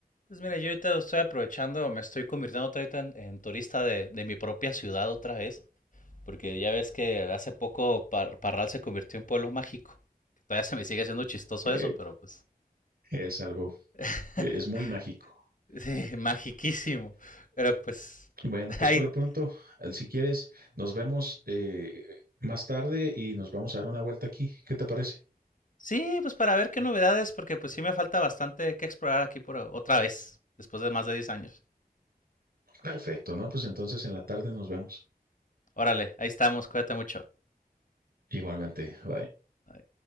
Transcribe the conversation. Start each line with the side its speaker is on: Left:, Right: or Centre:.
Left: Pues mira, yo ahorita estoy aprovechando, me estoy convirtiendo otra vez en, en turista de, de mi propia ciudad otra vez. Porque ya ves que hace poco Par- Parral se convirtió en pueblo mágico. Todavía se me sigue haciendo chistoso
Right: Eh,
Left: eso, pero pues.
Right: es algo,
Left: <laughs>
Right: es muy mágico.
Left: sí, magiquísimo. Pero pues.
Right: Bueno,
Left: <laughs>
Right: pues
Left: Ahí.
Right: por lo pronto, eh, si quieres, nos vemos eh, más tarde y nos vamos a dar una vuelta aquí. ¿Qué te parece?
Left: Sí, pues para ver qué novedades, porque pues sí me falta bastante que explorar aquí por otra vez, después de más de 10 años.
Right: Perfecto, ¿no? Pues entonces en la tarde nos vemos.
Left: Órale, ahí estamos, cuídate mucho.
Right: Igualmente, bye.
Left: Bye.